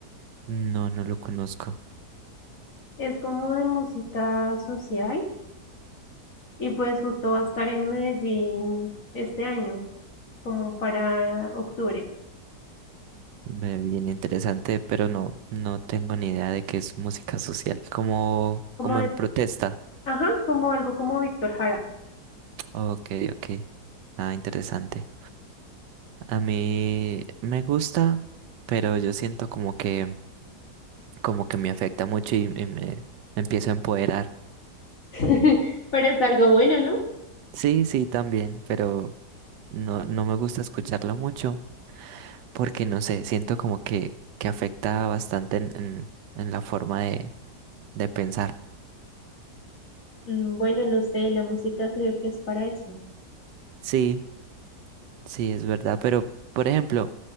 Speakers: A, on the right; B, on the left.
A: No, no lo conozco.
B: Es como de música social y pues justo va a estar en Medellín este año, como para octubre,
A: Ve Bien interesante, pero no, no tengo ni idea de qué es música social, como,
B: como
A: como
B: de,
A: en protesta.
B: ajá, como algo como Víctor Jara.
A: Ok, Sí. ok. Ah, interesante. A mí me gusta, pero yo siento como que, como que me afecta mucho y, y me empiezo a empoderar.
B: <laughs> Pero es algo bueno, ¿no?
A: Sí, sí, también, pero no, no me gusta escucharla mucho porque no sé, siento como que, que afecta bastante en, en, en la forma de, de pensar.
B: Mm, Bueno, no sé, la música creo que es para eso.
A: Sí, sí, es verdad, pero por ejemplo,